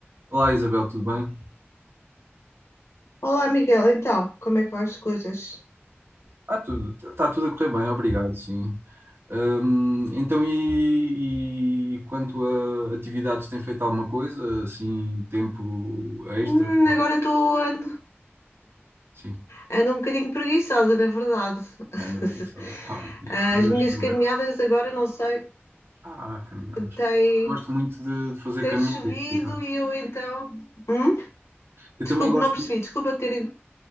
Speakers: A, on the right; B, on the left.
A: Olá Isabel, tudo bem?
B: Olá, Miguel. Então, como é que vão as coisas?
A: Ah, tudo, está tudo a correr bem, obrigado, sim. Hum, então, e, e quanto a atividades, tem feito alguma coisa, assim, tempo extra?
B: Hum, agora estou ando,
A: Sim,
B: ando um bocadinho preguiçosa, na verdade. <laughs>
A: anda por isso, está bem.
B: As
A: Mas,
B: minhas
A: mas-
B: caminhadas agora, não sei,
A: ah, caminhadas.
B: tem,
A: Gosto muito de, de fazer
B: tem
A: caminhadas.
B: chovido
A: por acaso.
B: e eu então. Hum?
A: Eu
B: Desculpe,
A: também gosto.
B: não percebi. Desculpa ter. in-